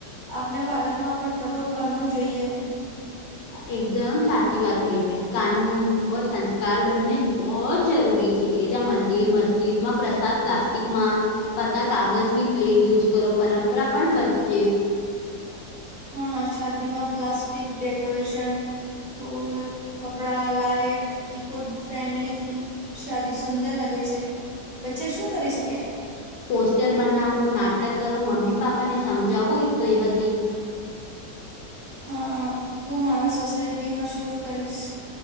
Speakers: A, on the right; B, on the left.
A: આપણે ભારતમાં પણ કઠોર કાનૂન જોઈએ
B: એકદમ સાચી વાત થઈ બેન કાનૂન ઓ સંસ્કાર બનને બહો જરૂરી એ જ મંદિર મસ્જિદમાં પ્રસાદ પ્લાસ્ટિકમાં પતા કાગજની પ્લેટ યુઝ કરો પરંપરા પણ બચચે
A: હા શાદીમાં પ્લાસ્ટિક ડેકોરેશન ફૂલ કપડા લાાઈટ ઇકો ફ્રેન્ડલી થી શદી સુંદર લાગે છે વચ્ચે શું કરી શકે
B: પોસ્ટર બનાવો નાટક કરો મમ્મી પાપાને સમજાવો હતી
A: હા હું મારા સોસાયટીમાંસુરુ કરીશ